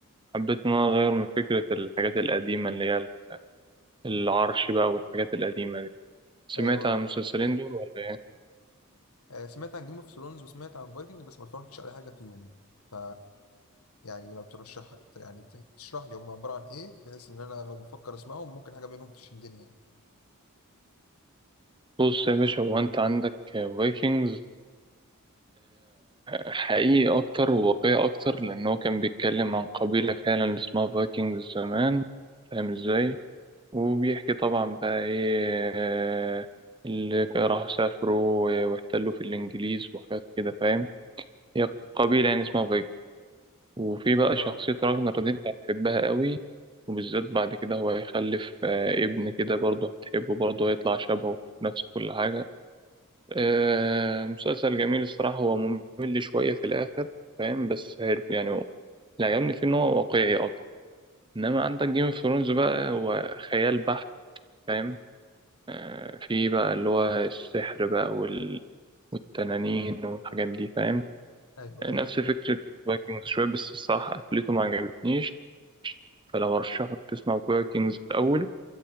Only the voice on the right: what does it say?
حبيت ان انا اغير من فكرة الحاجات القديمة اللي هي العرش بقى والحاجات القديمة دي سمعت
عن المسلسلين دول ولا ايه؟
بص يا باشا هو انت عندك فايكنجز حقيقي اكتر وواقعي اكتر لان هو كان بيتكلم عن قبيلة فعلا اسمها فايكنجز زمان فاهم ازاي وبيحكي طبعا بقى ايه آه، اللي راحوا سافروا واحتلوا في الانجليز وحاجات كده فاهم هي قبيلة يعني اسمها وفي بقى
شخصية
راجنر دي انت هتحبها قوي وبالذات بعد كده هو هيخلف آه، ابن كده برضه هتحبه برضه هيطلع شبهه في نفس كل حاجة آه، مسلسل جميل الصراحة هو ممل شوية في الآخر فاهم بس حلو يعني اللي عجبني فيه إن هو واقعي أكتر إنما عندك جيم اوف ثرونز بقى هو خيال بحت فاهم آه، في بقى اللي هو السحر بقى وال... والتنانين والحاجات دي فاهم
نفس
فكرة فايكنجز شوية بس الصراحة قفلته ما عجبتنيش فلو هرشح لك تسمع فايكنجز الأول